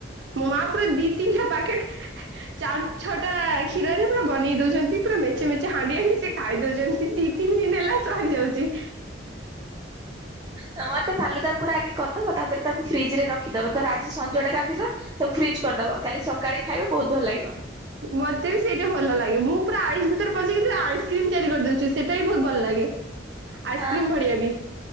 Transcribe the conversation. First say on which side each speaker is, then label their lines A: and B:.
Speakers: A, on the right; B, on the right.
A: ମୋ ମା ପୁରା ଦି ତିନିଠା ପାକେଟ ଚାର୍ ଛଅଟା କ୍ଷୀରରେ ପୁରା ବନେଇ ଦଉଚନ୍ତି ପୁରା ମେଞ୍ଚେ ମେଞ୍ଚେ ହାଣ୍ଡିଏ ହାଣ୍ଡିଏ ସେ ଖାଇ ଦଉଚନ୍ତି ଦି, ତିନି ଦିନ ହେଲା ଚରିଯାଉଚି।
B: ତ ମୋତେ ଫାଲୁଦା ପୁରା ଆଗେ କରିଦବ ତାପରେ ତାକୁ ଫ୍ରିଜ ରେ ରଖି ଦବ ଧର ଆଜି ସଞ୍ଜଡ଼ା ରାନ୍ଧିଲ ତାକୁ ଫ୍ରିଜ୍ କରିଦବ କାଲି ସକାଳେ ଖାଇବ ବହୁତ ଭଲ ଲାଗିବ।
A: ମତେ ବି ସେଇଟା ଭଲ ଲାଗେ ମୁଁ ପୁରା ଆଇସ୍ ଭିତରେ ପଶେଇକି ପୁରା ଆଇସ୍କ୍ରିମ ତିଆରି କରିଦଉଚି। ସେଟା ବି ବହୁତ ଭଲ ଲାଗେ ଆଇସ୍କ୍ରିମ୍
B: ହଁ
A: ଭଳିଆ ବି।